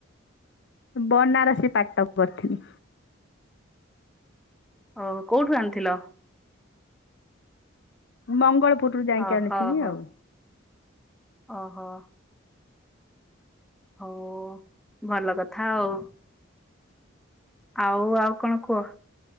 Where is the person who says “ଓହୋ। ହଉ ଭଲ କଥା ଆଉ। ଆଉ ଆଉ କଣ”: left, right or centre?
Centre